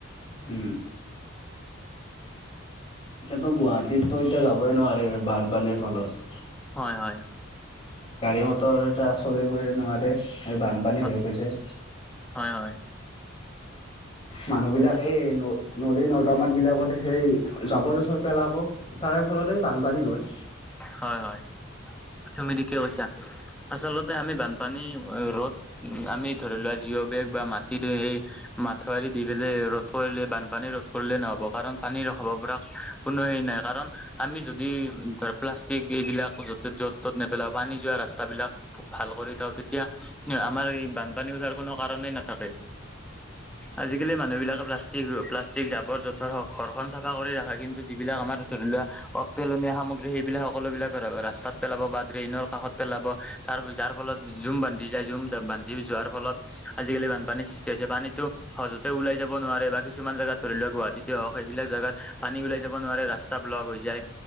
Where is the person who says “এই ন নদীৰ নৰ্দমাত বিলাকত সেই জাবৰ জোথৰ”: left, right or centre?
Left